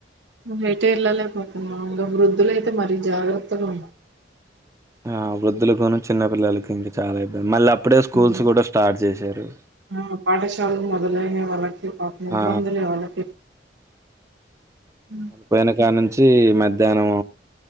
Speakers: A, on the right; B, on the right.
A: బైట వెళ్ళలేకపోతున్నా ఇంగ వృద్ధులు అయితే మరీ జాగ్రత్తలు
B: ఆ వృద్ధులకును చిన్న పిల్లలకి ఇంకా చాలా మళ్ళ అప్పుడే స్కూల్స్
A: హ్మ్.
B: కూడా స్టార్ట్ చేశారు
A: ఆ పాఠశాలలు మొదలైనయ్ వాళ్ళకి పాపం ఇబ్బందులే
B: ఆ
A: వాళ్ళకి హ్మ్.
B: వళ్ళపోయిన కాంనుంచి మధ్యాహ్నం